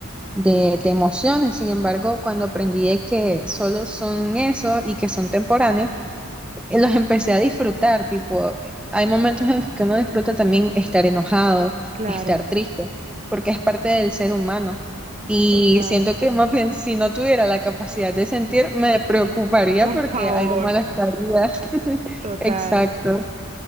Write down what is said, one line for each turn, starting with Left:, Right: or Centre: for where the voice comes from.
Centre: de, de emociones. Sin embargo, cuando aprendí de que solo son eso y que son temporáneos, eh, los empecé a disfrutar, tipo, hay momentos en los que uno disfruta también estar enojado,
Right: claro,
Centre: estar triste, porque es parte del ser humano. Y
Right: total.
Centre: siento que más bien si no tuviera la capacidad de sentir, me preocuparía
Right: Por
Centre: porque
Right: favor,
Centre: algo mal estaría. <laughs>
Right: total.
Centre: Exacto.